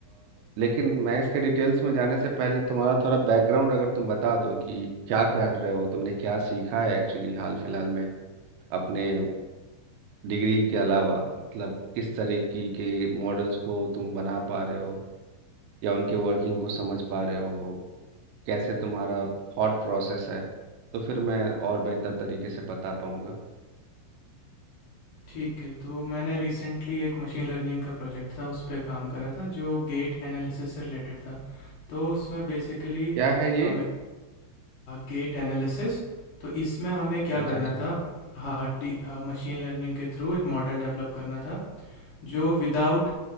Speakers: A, on the right; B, on the left.
A: लेकिन मैं इसके डिटेल्स में जाने से पहले तुम्हारा थोड़ा बैकग्राउंड अगर तुम बता दो कि क्या कर रहे हो तुमने क्या सीखा है एक्चुअली हाल फिलहाल में अपने डिग्री के अलावा मतलब किस तरह की के मॉडल्स को तुम बना पा रहे हो या उनके वर्किंग को समझ पा रहे हो कैसे तुम्हारा थॉट प्रोसेस है तो फिर मैं और बेहतर तरीके से बता पाऊंगा
B: ठीक है तो मैंने रिसेंटली एक मशीन लर्निंग का प्रोजेक्ट था उस पर काम करा था जो गेट एनालिसिस से रिलेटेड था तो उसमें बेसिकली
A: क्या है ये
B: हम गेट एनालिसिस तो इसमें हमें क्या करना
A: अच्छा अच्छा
B: था हाँ हड्डी मशीन लर्निंग के थ्रू एक मॉडल डेवलप करना था जो विदाउट